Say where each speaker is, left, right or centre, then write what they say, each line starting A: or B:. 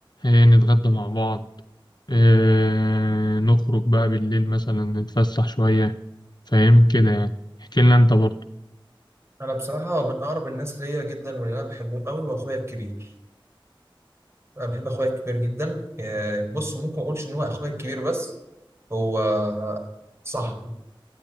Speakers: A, on the left; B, on the right.
A: إيه، نتغدى مع بعض إيه، نخرج بقى بالليل مثلا نتفسح شوية فاهم كده يعني احكي لنا أنت برضه
B: أنا بصراحة من أقرب الناس ليا جدا واللي أنا بحبهم قوي هو أخويا الكبير. أنا بحب أخويا الكبير جدا، آه، بص ممكن ما أقولش إن هو أخويا الكبير بس هو صاحبي،